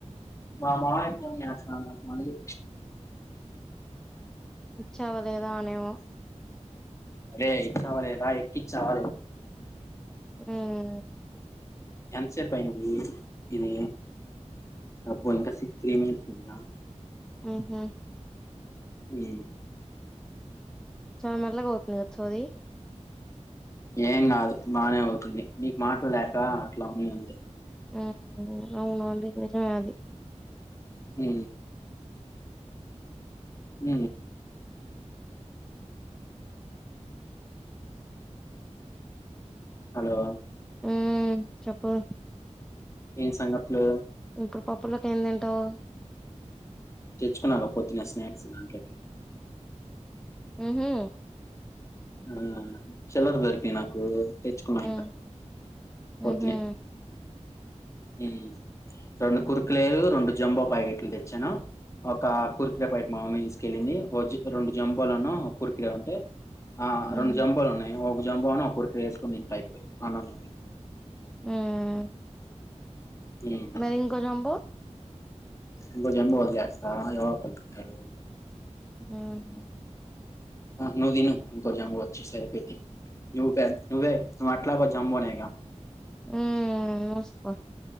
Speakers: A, on the left (about 25°); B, in the centre.
A: మా మామయ్య ఫోన్ చేస్తాన్నాడు నాక్ మళ్ళీ
B: ఇచ్చవా లేదా అనేమో
A: అరే ఇచ్చావ లేదా ఎట్టిచావ్
B: ఉహ్
A: ఎంత సేపైంది ఇది అబ్బో ఇంక సిక్స్ త్రీ మినిట్స్ ఉందా
B: ఉహు
A: ఏ
B: చాలా మెల్లగా అవుతాది గా సోది
A: ఏం కాదు బానే అవుతుంది నీకు మాట్లూలేక అట్లా వుంది అంతే
B: ఉహ్ అవునవును నిజేమే లే అది
A: హు హు హలో
B: ఆ చెప్పు
A: ఏం సంగతులు
B: ఇప్పుడు పప్పులొకి ఏందింటావు
A: తెచ్చుకున్నాను పొద్దునే స్నాక్స్ దాంట్లోకి
B: ఊ హు
A: ఆ చిల్లర్ దొరికినయి నాకు తెచ్చుకున్నా
B: ఉమ్
A: ఇంకా పొద్దునే
B: ఉహు
A: హు రెండు కుర్ కురేలు రెండు జంబో ప్యాకెట్లు తెచ్చాను ఒక కుర్ ఇగ ఫైడ్ మామీ తీసుకెళ్లింది రెండు జంబోలను ఒక కుర్ కురే ఉంటే ఆ
B: ఉమ్
A: రెండు జంబోలు ఉన్నాయి ఒక జంబో అను ఒక కుర్ కురే వేసుకుంది తింట ఇప్పుడు అన్నంలో
B: ఉమ్
A: ఉమ్.
B: మరి ఇంకో జంబో
A: ఇంకో జెంబో వదిలేస్తా అది ఎవరోకరు తింటారు
B: ఉహ్
A: నువ్ తిను ఇంకో జంబో వచ్చి సరిపోద్ది నువ్వే నువ్ అట్లాగో జంబోనేగా
B: ఉమ్ మూసుకో